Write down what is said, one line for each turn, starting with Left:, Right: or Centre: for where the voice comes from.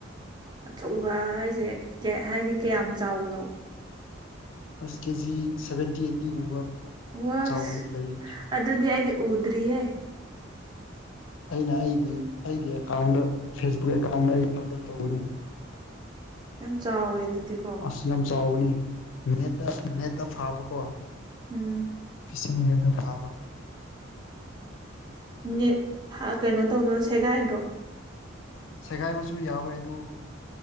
Right: ꯑꯆꯧꯕ ꯍꯥꯏꯁꯦ ꯍꯥꯏꯗꯤ ꯀꯌꯥꯝ ꯆꯥꯎꯕꯅꯣ
Left: ꯑꯁ ꯀꯦꯖꯤ ꯁꯦꯚꯦꯟꯇꯤ ꯑꯩꯠꯇꯤꯒꯨꯝꯕ
Right: ꯑꯣꯁ
Left: ꯆꯥꯎꯕ ꯂꯩꯅꯦ
Right: ꯑꯗꯨꯗꯤ ꯑꯩꯗꯤ ꯎꯗ꯭ꯔꯤꯍꯦ
Left: ꯑꯩꯅ ꯑꯩꯒꯤ ꯑꯩꯒꯤ ꯑꯦꯀꯥꯎꯟꯗ ꯐꯦꯁꯕꯨꯛ ꯑꯦꯀꯥꯎꯟꯗ ꯑꯩ ꯑꯞꯂꯣꯠ ꯇꯧꯕꯅꯦ
Right: ꯌꯥꯝ ꯆꯥꯎꯋꯦ ꯑꯗꯨꯗꯤꯀꯣ
Left: ꯑꯁ ꯌꯥꯝ ꯆꯥꯎꯕꯅꯤ ꯅꯦꯠꯇ ꯅꯦꯠꯇ ꯐꯥꯕꯀꯣ
Right: ꯎꯝ
Left: ꯏꯁꯤꯡ ꯅꯦꯠꯇ ꯐꯥꯕ
Right: ꯅꯦꯠ ꯍꯥ ꯀꯩꯅꯣ ꯇꯧꯗ꯭ꯔꯣ ꯁꯦꯒꯥꯏꯗ꯭ꯔꯣ
Left: ꯁꯦꯒꯥꯏꯕꯁꯨ ꯌꯥꯎꯋꯦ ꯑꯗꯨ